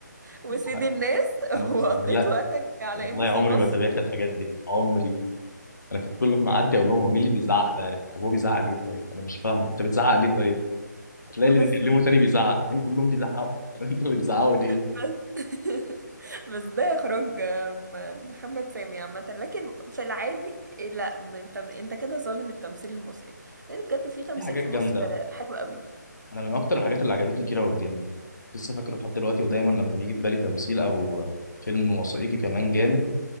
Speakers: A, on the right; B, on the left.
A: وسيد
B: انا
A: الناس <laughs>
B: أنا اقسم
A: وقضيت
B: بالله
A: وقتك على
B: والله
A: ام بي سي
B: عمري
A: مصر
B: ما تابعت الحاجات دي عمري انا كنت كل ما اعدي اقول لهم هو مين اللي بيزعق ده طب هو بيزعق ليه طيب انا مش فاهمه انت بتزعق ليه طيب هتلاقي اللي
A: بس
B: بيكلمه تاني بيزعق فين كلهم بيزعقوا <laughs> طب انتوا بتزعقوا ليه
A: بس بس ده اخراج آه، م- محمد سامي عامه لكن في العادي إيه، لا من انت انت كده ظالم التمثيل المصري لان بجد في تمثيل
B: في حاجات
A: في
B: جامده
A: مصر آه، حلو قوي
B: انا من اكتر الحاجات اللي عجبتني كيرة والجن لسه فاكره لحد دلوقتي ودايما لما بيجي في بالي تمثيل او فيلم وثائقي كمان جامد